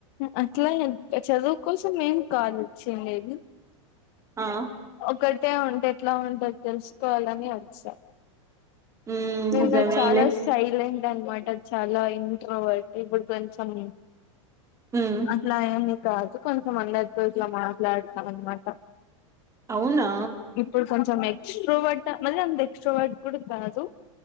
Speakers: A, on the left; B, on the right.
A: అట్లాగె క చదువు కోసమేం కాదొచ్చిండేది
B: ఆ
A: ఒక. టే ఉంటే ఎట్లా ఉంటది తెలుసుకోవాలనే వచ్చా
B: మ్మ్
A: మ్
B: నిజమేలే
A: చాలా సైలెంట్ అనమాట చాలా ఇంట్రవర్ట్ ఇప్పుడు కొంచెం
B: మ్మ్
A: అట్లా ఏమి కాదు కొంచం అందరితో ఇట్లా మాట్లాడతాం అన్నమాట
B: అవునా
A: ఇప్పుడు కొంచెం ఎక్స్ట్రోవర్ట్ మళ్ అంత ఎక్స్ట్రాో దాజు